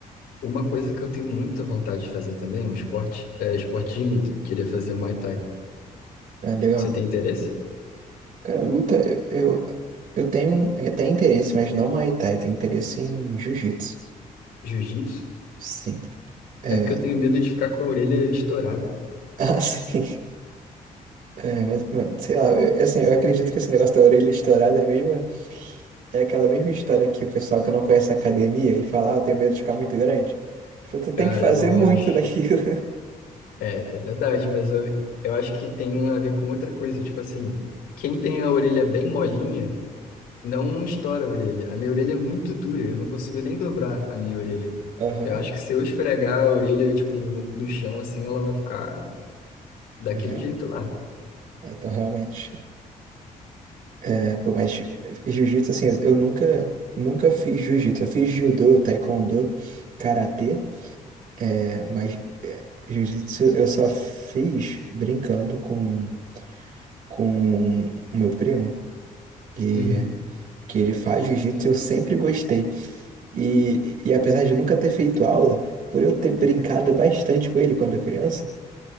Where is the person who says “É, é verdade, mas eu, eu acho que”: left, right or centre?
Left